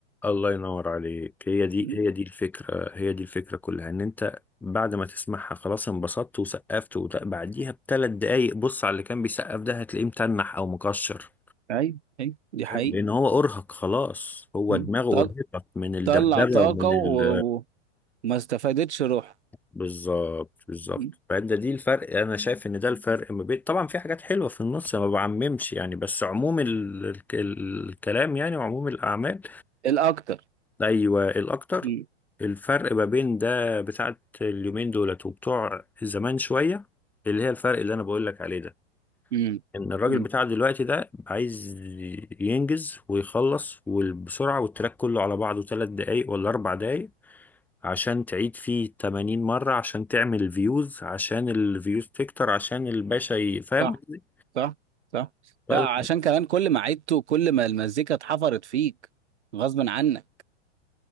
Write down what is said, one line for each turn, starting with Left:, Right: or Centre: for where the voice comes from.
Centre: الله ينور عليك هي دي
Right: مم.
Centre: هي دي الفكرة هي دي الفكرة كلها ان انت بعد ما تسمعها خلاص انبسطت وسقفت وبعديها بثلاث دقايق بص على اللي كان بيسقف ده هتلاقيه متنح او مكشر
Right: ايوه ايوه دي
Centre: فاهم؟
Right: حقيقه
Centre: لان هو ارهق خلاص هو
Right: مم.
Centre: دماغه
Right: طل...
Centre: ارهقت من الدبدبه
Right: طلع طاقه
Centre: ومن
Right: و...
Centre: ال
Right: و- وما استفادتش روح
Centre: بالظبط بالظبط
Right: مم.
Centre: فده دي الفرق انا شايف ان ده الفرق ما بين طبعا في حاجات حلوه في النص أنا ما بعممش يعني بس عموم ال... ال... الكلام يعني وعموم الاعمال
Right: الاكتر
Centre: ايوه الاكتر
Right: مم.
Centre: الفرق ما بين ده بتاعت اليومين دولت وبتوع زمان شويه اللي هي الفرق اللي انا بقول لك عليه ده
Right: مم.
Centre: ان الراجل
Right: مم.
Centre: بتاع دلوقتي ده عايز ينجز ويخلص وبسرعة والتراك كله على بعضه تلات دقايق ولا اربع دقايق عشان تعيد فيه 80 مرة عشان تعمل فيوز عشان الفيوز تكتر عشان الباشا ي- فاهم
Right: صح
Centre: قصدي؟
Right: صح صح
Centre: فال-
Right: لا عشان كمان كل ما عدته كل ما المزيكا اتحفرت فيك غصب عنك